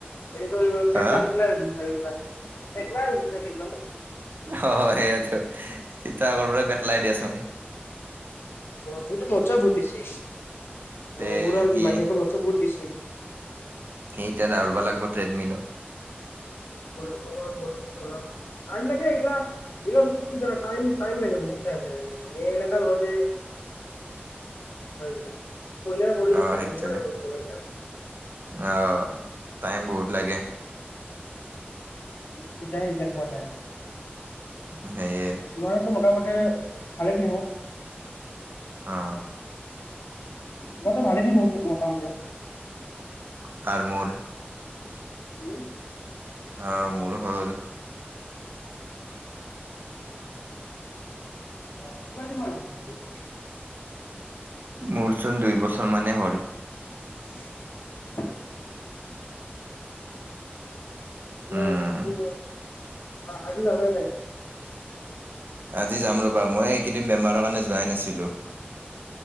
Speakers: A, on the left (about 70°); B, on the right (about 55°).
A: এইবাৰ
B: হা
A: পেটলা পেটলা জিম পৰা <unintelligible> আছে পেটলা হব চাগে একদম।
B: হ' অ' সেইয়াতো, ইতা আগৰ পৰায়ে পেটলাই দিয়াচোন।
A: সেইটো মুছে বহুত বেছি,
B: তে
A: নে মোৰ আৰু
B: সি
A: মাহিটো মুছে বহুত বেছি।
B: সেই এতিয়া দাৰিব লাগিব ট্ৰেডমিলৰ।
A: পাৰিম নেকি এইগিলাক। এইবিলাক বস্তু কি জানা টাইম, টাইম লাগে বহুত টাইম লাগে। <unintelligible> কৰিয়ে কৰিয়ে,
B: অ
A: পাৰে
B: সেইটোয়ে
A: কিন্তু বস্তু নাই।
B: অ' টাইম বহুত লাগে।
A: <unintelligible>
B: সেইয়ে।
A: তোমাৰটো মোটা মোটি খালে দিয়ে হ।
B: অ
A: মইতো ভালে দি মোটা মুতি।
B: <unintelligible>
A: উম।
B: অ' মোৰ হ'ল।
A: অ' কিমান দিন মান <unintelligible>
B: মোৰচোন দুই বছৰ মানেই হ'ল।
A: <unintelligible> এতিয়া
B: উম
A: তুমি, আজি যাবানে নাই?
B: আজি যাম ৰ'বা, মই এইকেইদিন বেমাৰৰ কাৰণে যোৱাই নাছিলো।